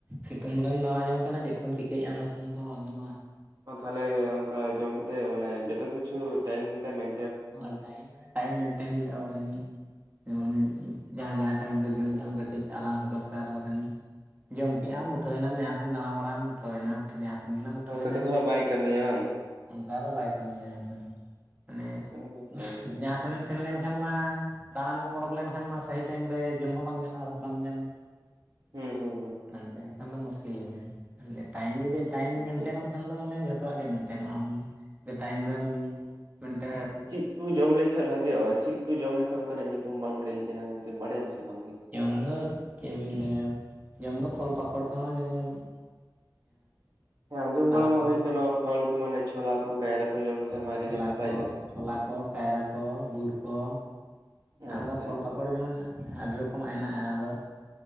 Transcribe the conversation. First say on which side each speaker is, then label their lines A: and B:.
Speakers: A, on the right (about 20°); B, on the right (about 55°).
A: ᱥᱤᱛᱩᱝ ᱨᱮᱢ ᱫᱟᱬᱟ ᱡᱚᱝ ᱠᱟᱱᱟ ᱾ ᱪᱮᱫ ᱠᱚᱢ ᱪᱤᱠᱟᱹᱭᱮᱫᱼᱟ ᱚᱱᱟ ᱥᱩᱢᱩᱝ ᱛᱮ ᱦᱚᱸ ᱵᱟᱝ ᱜᱟᱱᱚᱜᱼᱟ?
B: ᱦᱚᱸ, ᱛᱟᱦᱚᱞᱮ, ᱚᱱᱠᱟ ᱡᱚᱢ ᱠᱟᱛᱮᱫ, ᱢᱟᱱᱮ ᱡᱚᱛᱚ ᱠᱤᱪᱷᱩ, ᱴᱟᱭᱤᱢ ᱞᱮᱠᱟ ᱢᱮᱱ
A: ᱟᱨ ᱴᱟᱭᱤᱢ ᱢᱟᱱᱮ ᱴᱟᱭᱤᱢ ᱢᱮᱴᱮᱱ ᱦᱩᱭᱩᱜ-ᱟ ᱾ ᱡᱮᱢᱚᱱ, ᱡᱟᱦᱟᱸ ᱡᱟᱦᱟᱸ, ᱴᱟᱭᱤᱢ ᱨᱮ ᱡᱚᱢ ᱢᱮᱟᱢ, ᱠᱟᱹᱴᱤᱡ ᱟᱨᱟᱢ ᱦᱚᱸ, ᱫᱚᱨᱠᱟᱨ ᱠᱟᱱ ᱡᱚᱢ ᱠᱮᱜ ᱟᱢ, ᱩᱴᱷᱟᱹᱣ ᱮᱱᱟᱢ ᱡᱟᱦᱟᱸ ᱥᱮᱫ ᱫᱟᱬᱟ ᱵᱟᱲᱟᱢ ᱩᱴᱷᱟᱹᱣ ᱮᱱᱟ ᱾ ᱡᱟᱦᱟᱸᱥᱮᱱ ᱜᱮᱱᱟᱦ ᱮᱢ, ᱩᱴᱷᱟᱹᱣ
B: ᱚᱱᱠᱟ
A: ᱮᱱᱟ
B: ᱠᱚᱫᱚ ᱦᱟᱸᱜ ᱵᱟᱭ ᱠᱟᱹᱢᱤᱭᱟ
A: ᱾
B: ᱵᱟᱝ
A: ᱚᱱᱠᱟ ᱫᱚ ᱵᱟᱭ ᱠᱟᱹᱢᱤᱭᱟ ᱾ ᱢᱟᱱᱮ
B: ᱚ ᱟᱪᱪᱷᱟ
A: ᱩᱸᱪᱷᱼᱦ,
B: ᱟᱪᱪᱷᱟ
A: ᱡᱟᱦᱟᱸ ᱥᱮᱱᱮᱢ ᱥᱮᱱ ᱞᱮᱱᱠᱷᱟᱱ ᱢᱟ? ᱫᱟᱬᱟᱱ ᱠᱚᱢ, ᱚᱰᱚᱠ ᱞᱮᱱᱠᱷᱟᱱ ᱢᱟ, ᱥᱟᱦᱤ ᱴᱟᱭᱤᱢ ᱨᱮ, ᱡᱚᱢ ᱦᱚᱸ ᱵᱟᱝ ᱜᱟᱱᱚᱜᱼᱟ ᱾ ᱥᱮ ᱵᱟᱢ ᱧᱟᱢᱟ ᱾
B: ᱦᱩᱸ ᱦᱩᱸ ᱾
A: ᱦᱮᱸ, ᱮᱱᱠᱷᱟᱱ ᱫᱚ, ᱢᱩᱥᱠᱤᱞ ᱜᱮᱭᱟ ᱾ ᱴᱟᱭᱤᱢ ᱡᱩᱫᱤ,
B: ᱦᱩᱸ
A: ᱴᱟᱭᱤᱢ ᱢᱮᱱᱴᱮᱱᱚᱜ
B: ᱴᱷᱤᱠ
A: ᱾ ᱠᱷᱟᱱ ᱫᱚ, ᱢᱟᱱᱮ ᱡᱷᱚᱛᱚᱣᱟᱜ ᱜᱮ ᱢᱮᱱᱴᱮᱱᱚᱜᱼᱟ ᱾ ᱟᱢ ᱡᱮ, ᱴᱟᱭᱤᱢ ᱨᱮᱢ ᱢᱮᱱᱴᱮ
B: ᱪᱮᱫ ᱠᱚ ᱡᱚᱢ, ᱞᱮᱠᱷᱟᱡ ᱵᱷᱟᱜᱤᱮᱜᱼᱟ? ᱪᱮᱫ ᱠᱚ ᱡᱚᱢ, ᱞᱮᱠᱷᱟᱡ ᱚᱱᱠᱟᱱᱟᱜ ᱾ ᱧᱩᱛᱩᱢ ᱵᱟᱢ, ᱞᱟᱹᱭᱟᱹᱧ ᱠᱟᱱᱟ ᱾ ᱜᱚᱢᱠᱮ! ᱵᱟᱰᱟᱭᱟᱢ ᱥᱮ ᱵᱟᱝ ᱜᱮ?
A: ᱡᱚᱢ ᱫᱚ, ᱪᱮᱫᱵᱤᱱ ᱞᱟᱹᱭᱟ ᱾ ᱡᱚᱢ ᱫᱚ, ᱯᱷᱚᱞ ᱯᱟᱠᱚᱲ ᱛᱮᱦᱚᱸ ᱧᱮᱞ ᱢᱮ ᱾
B: ᱟᱸᱡᱚᱢ ᱵᱟᱲᱟ
A: ᱠᱚ
B: ᱢᱟ, ᱦᱩᱭ ᱟᱠᱟᱱᱟ ᱾ ᱯᱷᱚᱞ ᱠᱚ ᱢᱟᱱᱮ, ᱪᱷᱳᱞᱟ ᱠᱚ, ᱠᱟᱭᱨᱟ ᱠᱚ, ᱡᱚᱢ
A: ᱪᱷᱚᱞᱟ
B: ᱞᱮᱠᱷᱟ ᱢᱟ ᱟᱰᱤ ᱜᱮ ᱱᱟᱯᱟᱭᱚᱜᱼᱟ
A: ᱠᱚ
B: ᱾
A: ᱪᱷᱚᱞᱟ ᱠᱚ, ᱠᱟᱭᱨᱟ ᱠᱚ, ᱜᱩᱲ ᱠᱚ,
B: ᱚ
A: ᱟᱨ ᱚᱱᱠᱟ
B: ᱟᱪᱪᱷᱟ
A: ᱯᱷᱚᱞ
B: ᱟᱪᱪᱷᱟ
A: ᱯᱟᱠᱚᱲ, ᱡᱮᱢᱚᱱ ᱟᱹᱰᱤ ᱨᱚᱠᱚᱢᱟᱜ ᱦᱮᱱᱟᱜᱼᱟ ᱾ ᱟᱫᱚ,